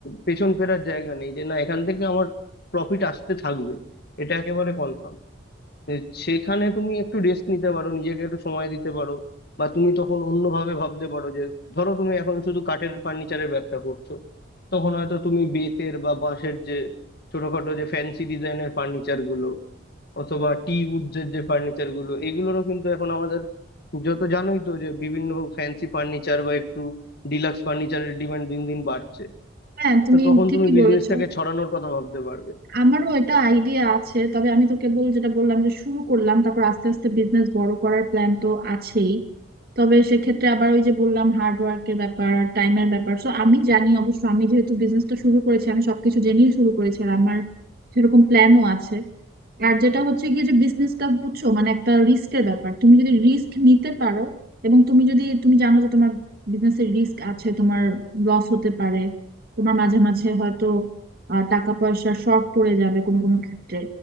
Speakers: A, on the left (about 50°); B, on the right (about 45°).
A: পেছন ফেরার জায়গা নেই যে না এখান থেকে আমার প্রফিট আসতে থাকবে এটা একেবারে কনফার্ম এ, সেখানে তুমি একটু রেস্ট নিতে পারো নিজেকে একটু সময় দিতে পারো বা তুমি তখন অন্যভাবে ভাবতে পারো যে ধরো তুমি এখন শুধু কাঠের ফার্নিচারের ব্যবসা করছো তখন হয়তো তুমি বেতের বা বাঁশের যে ছোটখাটো যে ফ্যান্সি ডিজাইনের ফার্নিচার গুলো অথবা টি উডস এর যে ফার্নিচার গুলো এগুলোরও কিন্তু এখন আমাদের যত জানোই তো যে বিভিন্ন ফ্যান্সি ফার্নিচার বা একটু ডিলাক্স ফার্নিচারের ডিমান্ড দিন দিন বাড়ছে
B: হ্যাঁ তুমি
A: তো তখন
B: ঠিকই
A: তুমি বিজনেসটাকে
B: বলেছো
A: ছড়ানোর কথা ভাবতে পারবে
B: আমারও এটা আইডিয়া আছে তবে আমি তো কেবল যেটা বললাম যে শুরু করলাম তারপর আস্তে আস্তে বিজনেস বড় করার প্ল্যান তো আছেই তবে সেক্ষেত্রে আবার ওই যে বললাম হার্ড ওয়ার্কের ব্যাপার টাইমের ব্যাপার তো আমি জানি অবশ্য আমি যেহেতু বিজনেসটা শুরু করেছি আমি সবকিছু জেনেই শুরু করেছি আর আমার সেরকম প্ল্যানও আছে আর যেটা হচ্ছে গিয়ে যে বিজনেসটা বুঝছো মানে একটা রিস্কের ব্যাপার তুমি যদি রিস্ক নিতে পারো এবং তুমি যদি তুমি জানো যে তোমার বিজনেসের রিস্ক আছে তোমার লস হতে পারে তোমার মাঝে মাঝে হয়তো আহ, টাকা পয়সা শর্ট পড়ে যাবে কোনো কোনো ক্ষেত্রে